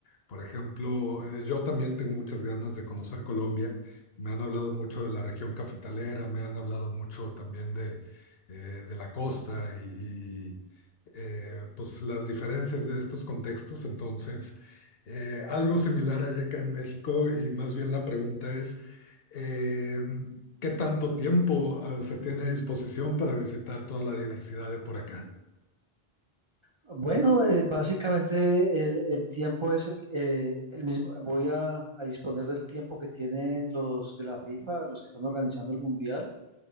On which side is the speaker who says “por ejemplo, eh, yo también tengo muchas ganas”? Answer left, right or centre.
Left